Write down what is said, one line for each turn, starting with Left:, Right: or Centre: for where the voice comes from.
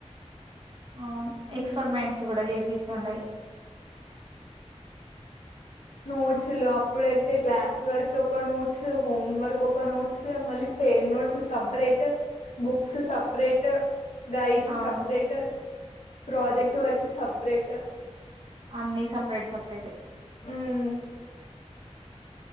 Right: అవును
Left: ఉమ్,
Right: ఎక్స్పరిమెంట్స్ కూడా చె ప్రీసండయి
Left: నోట్స్లు అప్పుడైతే క్లాస్ వర్క్ ఒక నోట్స్ హోమ్ వర్క్ ఒక నోట్స్ మళ్ళీ fair notes separate books separate guides
Right: అవును.
Left: సెపరేట్ ప్రాజెక్ట్ వర్క్ సపరేట్
Right: అన్నిీ సపరేట్ సపరేట్ ఏ
Left: హుమ్మ్